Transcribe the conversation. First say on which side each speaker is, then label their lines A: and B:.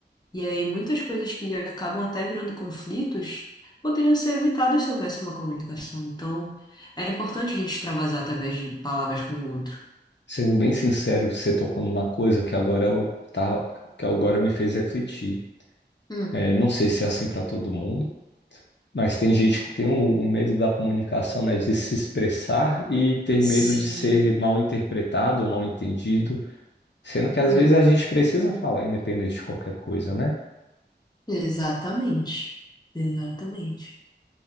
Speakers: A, on the left; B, on the left.
A: e aí muitas coisas que acabam até virando conflitos poderiam ser evitadas se houvesse uma comunicação, então é importante a gente extravasar através de palavras com o outro.
B: Sendo bem sincero, você tocou numa coisa que agora eu tava, que agora me fez refletir.
A: Hum,
B: É, não sei se é assim pra todo mundo, mas tem gente que tem o, o medo da comunicação, né? De se expressar e ter
A: sim.
B: medo de ser mal interpretado ou mal entendido. Sendo que às
A: Uhum.
B: vezes a gente precisa falar, independente de qualquer coisa, né?
A: Exatamente. Exatamente.